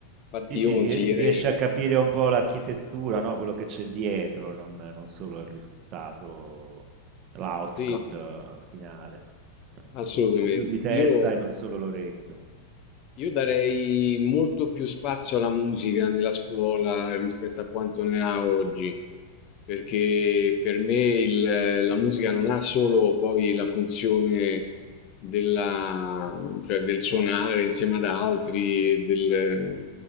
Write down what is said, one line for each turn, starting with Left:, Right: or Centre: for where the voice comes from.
Left: Infatti
Right: Sì,
Left: io
Right: sì,
Left: consiglierei,
Right: rie- riesce a capire un po' l'architettura, no, quello che c'è dietro, non, non solo il risultato, l'output
Left: sì,
Right: eh, finale. C'è
Left: assolutamente.
Right: un po' più di testa
Left: Io
Right: e non solo l'orecchio.
Left: Io darei molto più spazio alla musica nella scuola rispetto a quanto ne ha oggi, perché per me il- la musica non ha solo poi la funzione della- cioè del suonare insieme ad altri, e del,